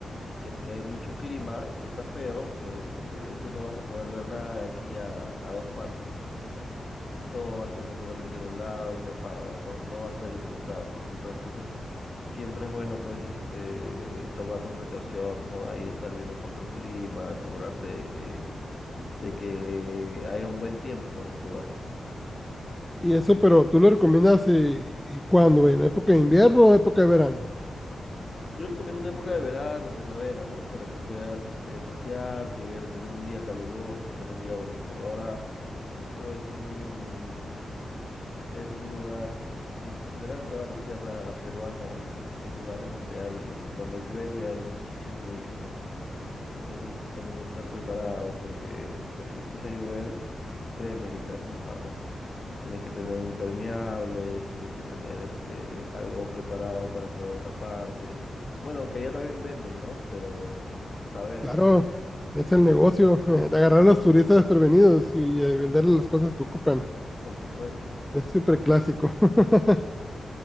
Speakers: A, on the left; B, in the centre.
A: que, que hay mucho clima, que está feo, pues este, tú no vas a poder ver nada de aquí a, a dos pasos. todo va a estar completamente nublado y tapado, no, no vas a disfrutarlo. re- Entonces, siempre es bueno, pues, este, tomar dos precauciones, ¿no? Ahí estar viendo un poco el clima, asegurarte de que, de que haya un buen tiempo cuando tú vas.
B: Y eso, pero tú lo recomiendas eh, cuando, en época de invierno o época de verano.
A: Yo recomiendo una época de verano, primavera, ¿no? Para que puedas, este, pasearte y ver, tener un día caluroso, tener un día bonito. Ahora, Cusco es un Es un lugar, en general toda la sierra peruana es, es- son lugares donde hay, cuando llueve hay muchísima lluvia, ¿no? Entonces t- también estar preparado porque pues si empieza a llover, créeme que te vas a mojar, ¿no? Tienes que tener impermeables, tienes que tener este algo preparado para poder taparte. Bueno, aunque allá también venden, ¿no? Pero saber
B: Claro,
A: que sí, sí,
B: es el negocio, <laughs> de agarrar
A: por, su-
B: a los turistas desprevenidos y eh, venderles las cosas que ocupan.
A: por supuesto,
B: Es súper clásico. <laughs>